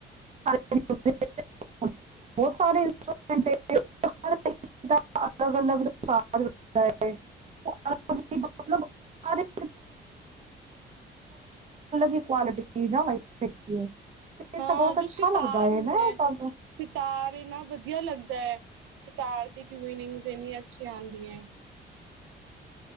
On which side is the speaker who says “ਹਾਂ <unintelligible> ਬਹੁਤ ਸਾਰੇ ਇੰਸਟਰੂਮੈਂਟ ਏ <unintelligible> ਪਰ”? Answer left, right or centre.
Right